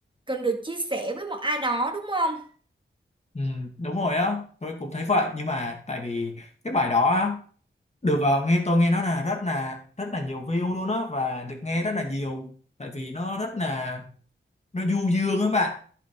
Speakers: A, on the right (about 25°); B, on the left (about 35°).
A: cần được chia sẻ với một ai đó đúng không?
B: Ừ, đúng rồi á tôi cũng thấy vậy nhưng mà tại vì cái bài đó á, được ờ, nghe tôi nghe nó là rất là rất là nhiều view luôn á và được nghe rất là nhiều tại vì nó rất là nó du dương các bạn